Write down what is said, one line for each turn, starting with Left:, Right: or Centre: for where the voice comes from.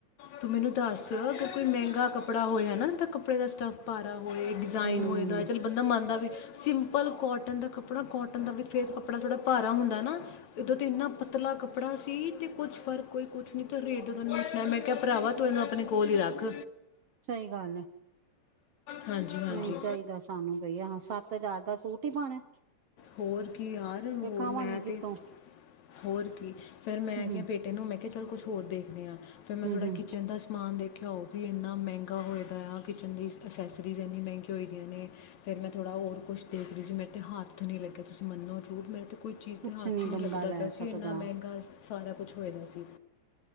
Left: ਤੂੰ ਮੈਨੂੰ ਦੱਸ ਅਗਰ ਕੋਈ ਮਹਿੰਗਾ ਕੱਪੜਾ ਹੋਇਆ ਨਾ ਜਾ ਕੱਪੜੇ ਦਾ ਸਟੱਫ ਭਾਰਾ ਹੋਏ ਡਿਜ਼ਾਇਨ
Right: ਹੂੰ
Left: ਹੋਏ ਦਾ ਚੱਲ ਬੰਦਾ ਮੰਨਦਾ ਵੀ ਸਿੰਪਲ ਕੌਟਨ ਦਾ ਕੱਪੜਾ ਕੌਟਨ ਦਾ ਵੀ ਫੇਰ ਕੱਪੜਾ ਕਪਪੜਾ ਥੋੜਾ ਭਾਰਾ ਹੁੰਦਾ ਨਾ। ਇਧੋਂ ਤੇ ਇੰਨਾ ਪਤਲਾ ਕੱਪੜਾ ਤੀ ਤੇ ਕੁਛ ਫਰਕ ਕੋਈ ਕੁਛ ਨਹੀਂ ਤਾਂ ਰੇਟ ਜਦੋਂ ਮੈ ਸੁਣਾਇਆ ਮੈਂ ਕਿਹਾ ਭਰਾਵਾ ਤੂੰ ਇਹਨੂੰ ਆਪਣੇ ਕੋਲ ਹੀ ਰੱਖ।
Right: ਸਹੀ ਗੱਲ ਐ।
Left: ਹਾਂਜੀ ਹਾਂਜੀ
Right: ਨਹੀਂ ਚਾਹੀਦਾ ਸਾਨੂੰ ਬਈਆ ਸੱਤ ਹਜ਼ਾਰ ਦਾ ਸੂਟ ਹੀ ਪਾਣਾ।
Left: ਹੋਰ ਕੀ ਯਾਰ
Right: ਫੇਰ
Left: ਹੋਰ
Right: ਖਾਵਾਂਗੇ
Left: ਮੈਂ
Right: ਕਿੱਥੋਂ
Left: ਤੇ, ਹੋਰ ਕੀ ਫਿਰ ਮੈਂ
Right: ਹੂੰ
Left: ਕਿਹਾ ਬੇਟੇ ਨੂੰ ਮੈਂ ਕਿਹਾ ਚਲ ਕੁਛ ਹੋਰ ਦੇਖਦੇ ਆ। ਫੇਿਰ ਮੈਂ
Right: ਹੂੰ
Left: ਥੋੜ੍ਹਾ
Right: ਹੂੰ
Left: ਜਾ ਕਿਚਨ ਦਾ ਸਮਾਨ ਦੇਖ ਖਿਆ ਉਹ ਵੀ ਇੰਨਾ ਮਹਿੰਗਾ ਹੋਏ ਦਾ ਆ, ਕਿਚਨ ਦੀ ਅਸੈਸਰੀਜ਼ ਇੰਨੀ ਮਹਿੰਗੀ ਹੋਈ ਦੀਆਂ ਨੇ, ਫਿਰ ਮੈਂ ਥੋੜ੍ਹਾ ਹੋਰ ਕੁਛ ਦੇਖ ਲਈ ਜੀ ਮੇਰੇ ਤਾਂ ਹੱਥ ਹੱਥ ਨੀ ਲੱਗਿਆ ਤੁਸੀਂ ਮੰਨੋ ਝੂਠ ਮੇਰੇ ਤੇ ਕੋਈ ਚੀਜ਼
Right: ਕੁਛ
Left: ਤੇ ਹੱਥ
Right: ਨੀ
Left: ਹੀ ਨਹੀਂ
Right: ਬੰਦਾ
Left: ਲੱਗਦਾ
Right: ਲੈ
Left: ਪਿਆ ਸੀ
Right: ਸਕਦਾ
Left: ਇੰਨਾ ਮਹਿੰਗਾ ਸਾਰਾ ਕੁਛ ਹੋਏ ਦਾ ਸੀ।